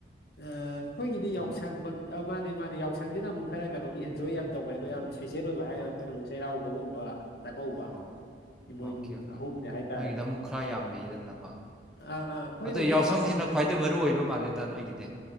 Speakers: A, on the left; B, in the centre.
A: ꯑ ꯑꯩꯈꯣꯏꯒꯤꯗꯤ ꯌꯥꯎꯁꯪ
B: ꯑꯥ
A: ꯃꯛ ꯃꯥꯅꯦ ꯃꯥꯅꯦ ꯌꯥꯎꯁꯪꯁꯤꯅ ꯑꯃꯨꯛ ꯈꯔ ꯀꯩꯅꯣꯒꯤ ꯑꯦꯟꯖꯣꯏ ꯌꯥꯝ ꯇꯧꯕ ꯑꯗꯣ
B: ꯎꯝ
A: ꯌꯥꯝ ꯏꯁꯄꯤꯁꯦꯜ ꯑꯣꯏꯕ ꯍꯥꯏꯔꯒꯅ
B: ꯍꯣꯏ
A: ꯑꯩꯈꯣꯏꯅ ꯑꯃꯨꯛ ꯆꯩꯔꯥꯎꯕꯒꯨꯝꯕ ꯆꯥꯛꯀꯧꯕ
B: ꯑꯥ
A: ꯏꯃꯣꯏꯅꯨ
B: ꯑꯣꯀꯦ ꯑꯣꯀꯦ
A: ꯑꯍꯨꯝꯁꯦ ꯍꯥꯏꯇꯥꯔꯦ
B: ꯅꯣꯏꯒꯤꯗ ꯑꯃꯨꯛ ꯈꯔ ꯌꯥꯝ ꯂꯩꯗꯅꯀꯣ
A: ꯑꯥ ꯑꯥ ꯑꯩꯈꯣꯢꯅ
B: ꯑꯗꯣ
A: ꯑꯃꯨꯛ
B: ꯌꯥꯎꯁꯪꯁꯤꯅ
A: <unintelligible>
B: ꯈ꯭ꯋꯥꯏꯗꯩ ꯃꯔꯨ ꯑꯣꯏꯕ ꯃꯥꯜꯂꯦꯗ ꯅꯣꯏꯒꯤꯗꯤ